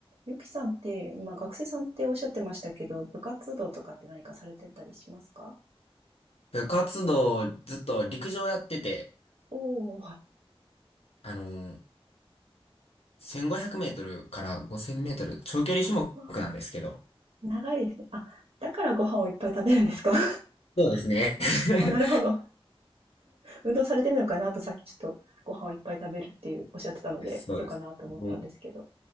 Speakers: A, on the right; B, on the left.
A: ゆきさんって、今学生さんっておっしゃってましたけど、部活動とかって何かされてたりしますか
B: 部活動、ずっと陸上やってて、
A: おおー、はい。
B: あのー、1500メートルから5000メートル、長距離種目なんですけど。
A: わあ長いですね。あ、だからご飯をいっぱい食べるんですか <laughs>
B: そうですね。<laughs>
A: あ、なるほど。運動されてるのかなとさっきちょっとご飯をいっぱい食べるっていうおっしゃってたので、
B: そうです。
A: そうかなと思ったんですけど。
B: もう